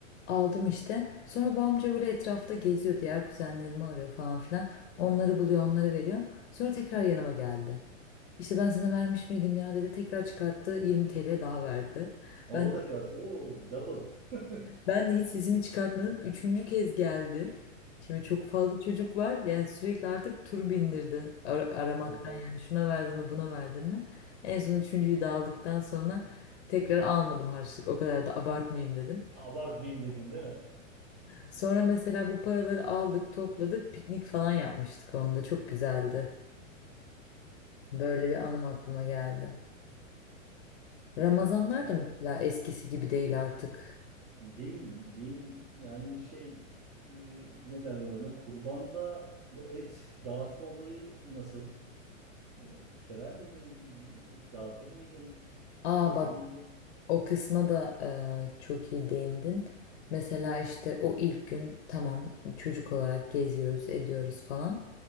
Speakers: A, on the left; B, on the right.
A: Aldım işte. Sonra bu amca böyle etrafta geziyor. Diğer kuzenlerimi arıyor falan filan. Onları buluyor, onları veriyor. Sonra tekrar yanıma geldi. İşte ben sana vermiş miydim ya dedi. Tekrar çıkarttı. 20 TL daha verdi.
B: Ha,
A: Ben
B: O da kalsın. Oo, double. <laughs>
A: ben de hiç sesimi çıkartmadım. Üçüncü kez geldi. Şimdi çok fazla çocuk var. Yani sürekli artık tur bindirdi ar- aramaktan.
B: O
A: Yani şuna verdim mi, buna verdim mi? En son üçüncüyü de aldıktan sonra tekrar almadım harçlık. O kadar da abartmayayım dedim.
B: abartmayayım dedin değil mi?
A: Sonra mesela bu paraları aldık, topladık, piknik falan yapmıştık onda. Çok güzeldi. Böyle bir anım aklıma geldi. Ramazanlar
B: Yani
A: da mesela eskisi gibi değil artık.
B: değil, değil. Yani şey e, ne derler ona? Kurbanda bu et dağıtma olayı nasıl? O, sever miydin? Dağıtır mıydın?
A: Aa
B: Yer
A: bak
B: miydin?
A: O kısma da eee, çok iyi değindin. Mesela işte o ilk gün tamam çocuk olarak geziyoruz, ediyoruz falan.